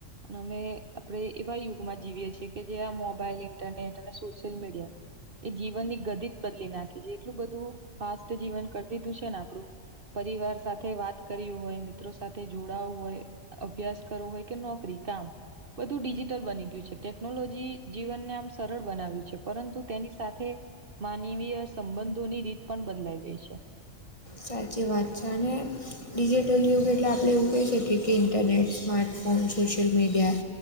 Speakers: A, on the right; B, on the left.
A: અને અમે આપણે એવા યુગમાં જીવીએ છીએ કે જે આ મોબાઈલ ઇન્ટરનેટ અને સોશિયલ મીડિયા. એ જીવનની ગધિત બદલી નાખી છે એટલું બધું ફાસ્ટ જીવન કરતી તું છે ને આપણું. પરિવાર સાથે વાત કર હોય મિત્રો સાથે જોડાવું હોય. અભ્યાસ કરવો હોય કે નોકરી કામ. બધું ડિજિટલ બની ગયું છે ટેકનોલોજી જીવનને આમ સરળ બનાવ્યું છે પરંતુ તેની સાથે. માનવીય સંબંધોની રીત પણ બદલાઈ ગઈ છે.
B: સાચી વાત છે. અને ડિજિટલ યુગ એટલે આપણે એવું કહી શકીએ કે internet smartphone social media.